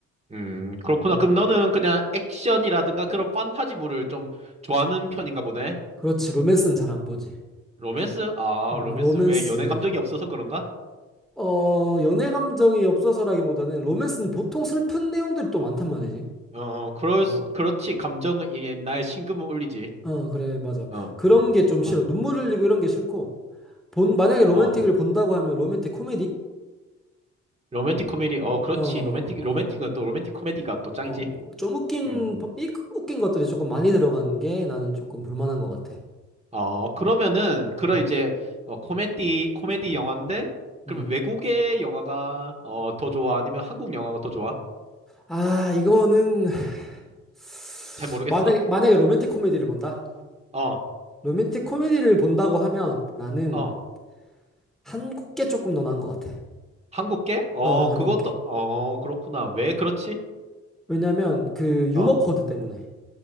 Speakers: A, on the right; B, in the centre.
A: 음. 그렇구나.
B: 음,
A: 그럼 너는 그냥 액션이라든가 그런 판타지물을 좀 좋아하는 편인가 보네?
B: 그렇지, 로맨스는 잘 안 보지.
A: 로맨스? 아,
B: 음,
A: 로맨스.
B: 로맨스.
A: 왜 연애 감정이 없어서 그런가?
B: 어, 연애 감정이 없어서라기보다는 로맨스는 보통 슬픈 내용들이 또 많단 말이지.
A: 어, 그럴,
B: 어,
A: 수- 그렇지. 감정은 이 옛날 심금을 울리지.
B: 어, 그래, 맞아.
A: 어,
B: 그런 게 좀
A: 어,
B: 싫어. 눈물 흘리고 이런 게 싫고, 본, 만약에 로맨틱을
A: 어. 어.
B: 본다고 하면 로맨틱 코미디?
A: 로맨틱 코미디. 어, 그렇지.
B: 어, 어.
A: 로맨틱, 로맨틱은 또 로맨틱 코미디가 또 짱이지.
B: 어, 좀 웃긴,
A: 음.
B: 이- 웃긴 것들이 조금 많이 들어간 게 나는 조금 불만한 것 같아.
A: 어, 그러면은, 그런
B: 음,
A: 이제, 어, 코미디, 코미디 영화인데, 그러면
B: 음.
A: 외국의 영화가, 어, 더 좋아? 아니면 한국 영화가 더 좋아?
B: 아, 이거는, <sighs>
A: 잘 모르겠어.
B: 만약에, 만약에 로맨틱 코미디를 본다?
A: 어,
B: 로맨틱 코미디를 본다고 하면 나는
A: 어.
B: 한국 게 조금 더 나은 것 같아.
A: 한국계? 어,
B: 어, 한국
A: 그것도,
B: 게.
A: 어, 그렇구나. 왜 그렇지?
B: 왜냐면 그 유머
A: 어.
B: 코드 때문에.